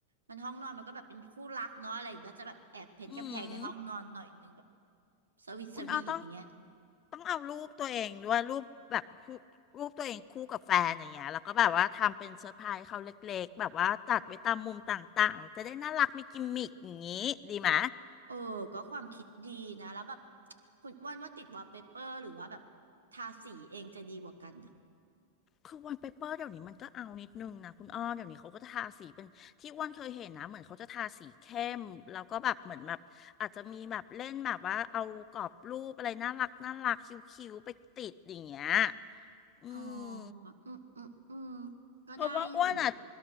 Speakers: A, on the right (about 75°); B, on the left (about 30°).
A: มันห้องนอนมันก็แบบเป็นคู่รักเนาะอะไรอย่างเงี้ยก็จะแบบแอบเพ้นท์กำแพงในห้องนอนหน่อยนึงแบบ
B: อืม
A: สวีทสวีทอย่างเงี้ย
B: คุณเอาต้องต้องเอารูปตัวเองด้วยรูปแบบรูปรูปตัวเองคู่กับแฟนอย่างเงี้ยแล้วก็แบบว่าทำเป็นเซอร์ไพรส์เขาเล็กๆแบบว่าตัดไว้ตามมุมต่างๆจะได้น่ารักมีกิมมิคอย่างงี้ดีไหม
A: เออก็ความคิดดีนะแล้วแบบคุณอ้วนว่าติดวอลเปเปอร์หรือว่าแบบทาสีเองจะดีกว่ากันนะ
B: คือวันเปเปอร์เดี๋ยวนี้มันก็เอานิดนึงนะคุณอ้อเดี๋ยวนี้เขาก็ทาสีเป็นที่อ้วนเคยเห็นนะเหมือนเขาจะทาสีเข้มแล้วก็แบบเหมือนแบบอาจจะมีแบบเล่นแบบว่าเอากรอบรูปอะไรน่ารักน่ารักคิ้วๆไปติดอย่างเงี้ยอืม
A: อ๋ออืมอืมอืมก็ได้อยู่
B: เพราะว่าอ้วนอ่ะ